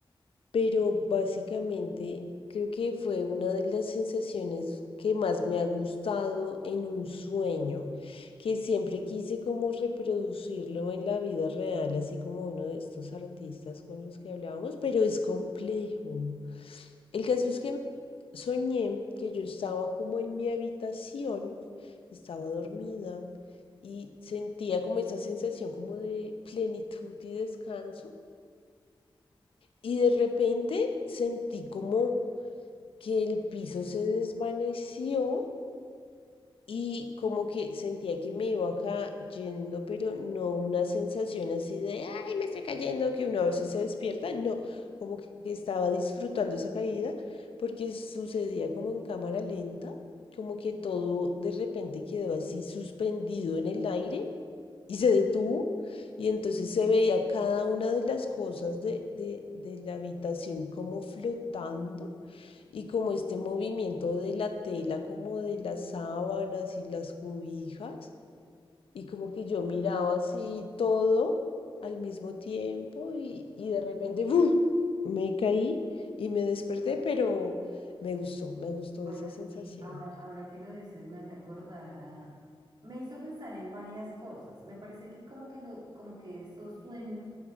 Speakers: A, on the left (about 75°); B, on the right (about 50°).
A: Pero básicamente creo que fue una de las sensaciones que más me ha gustado en un sueño, que siempre quise como reproducirlo en la vida real, así como uno de estos artistas con los que hablábamos, pero es complejo. El caso es que soñé que yo estaba como en mi habitación, estaba dormida y sentía como esa sensación como de plenitud y descanso. Y de repente sentí como que el piso se desvaneció y como que sentía que me iba cayendo, pero no una sensación así de, ay, me estoy cayendo, que uno a veces se despierta, no, como que estaba disfrutando esa caída porque sucedía como en cámara lenta, como que todo de repente quedó así suspendido en el aire y se detuvo y entonces se veía cada una de las cosas de, de, de la habitación como flotando y como este movimiento de la tela, como de las sábanas y las cobijas y como que yo miraba así todo al mismo tiempo y, y de repente ¡buf! me caí y me desperté, pero me gustó, me gustó
B: Bueno,
A: esa sensación.
B: sí, ahora, ahora que lo dices me hace acordar a... Me hizo pensar en varias cosas. Me parece que como que, lo, como que esos sueños